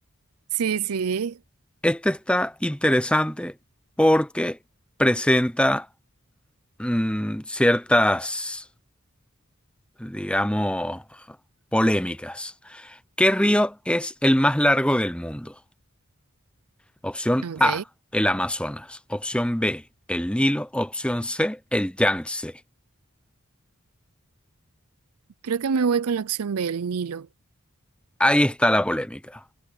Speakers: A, on the right (about 85°); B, in the centre.
A: Sí, sí,
B: Este está interesante porque presenta mm, ciertas, digamos, polémicas. ¿Qué río es el más largo del mundo? Opción
A: ok.
B: A, el Amazonas. Opción B, el Nilo. Opción C, el Yangtze.
A: Creo que me voy con la opción B, el Nilo.
B: Ahí está la polémica.